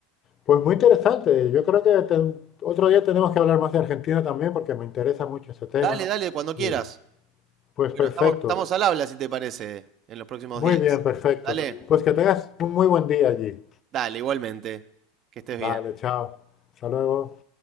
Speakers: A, on the left; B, on the right.
A: Pues muy interesante. Yo creo que ten- otro día tenemos que hablar más de Argentina también porque me interesa mucho ese tema.
B: Dale, dale, cuando quieras.
A: Y, pues
B: Bueno,
A: perfecto.
B: estamos, estamos al habla, si te parece, en los próximos
A: Muy
B: días.
A: bien, perfecto.
B: Dale,
A: Pues que tengas un muy buen día allí.
B: dale, igualmente. Que estés bien.
A: Vale, chao. Hasta luego.